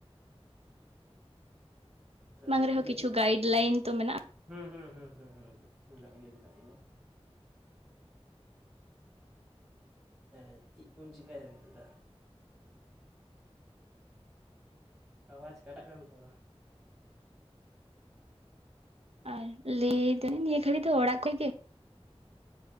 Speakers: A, on the right; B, on the right.
A: ᱛᱟᱦᱚᱞᱮ
B: ᱵᱟᱝ ᱨᱮᱦᱚᱸ
A: ᱛᱤᱱᱟᱹᱜ
B: ᱠᱤᱪᱷᱩ ᱜᱟᱭᱤᱰ ᱞᱟᱹᱭᱤᱱ ᱛᱚ ᱢᱮᱱᱟᱜᱼᱟ᱾
A: ᱦᱩᱸ ᱦᱩᱸ ᱦᱩᱸ ᱦᱩᱸ ᱦᱩᱸ ᱦᱩᱸ ᱢᱮᱱᱟᱜ ᱜᱮᱭᱟ ᱢᱮᱱᱟᱜ ᱜᱮᱭᱟ ᱛᱟᱭᱞᱮ ᱪᱮᱫ ᱠᱚᱢ ᱪᱮᱤᱠᱟᱭᱫᱟ ᱱᱤᱛᱚᱜ ᱫᱚ ᱟᱣᱟᱡᱽ ᱠᱟᱴᱟᱜ ᱠᱟᱱ ᱛᱟᱢᱟ
B: ᱟᱨ ᱞᱟᱹᱭ ᱮᱫᱟᱹᱧ ᱱᱤᱭᱟᱹ ᱜᱷᱟᱹᱲᱤᱡ ᱫᱚ ᱚᱲᱟᱜ ᱠᱷᱚᱡ ᱜᱮ